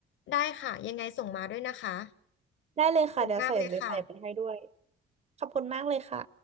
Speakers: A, on the left; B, on the right.
A: ได้ค่ะยังไงส่งมาด้วยนะคะ
B: ได้เลยค่ะเดี๋ยวใส่เดี๋ยวใส่ไปให้ด้วย
A: ขอบคุณมากเลยค่ะ
B: ขอบคุณมากเลยค่ะ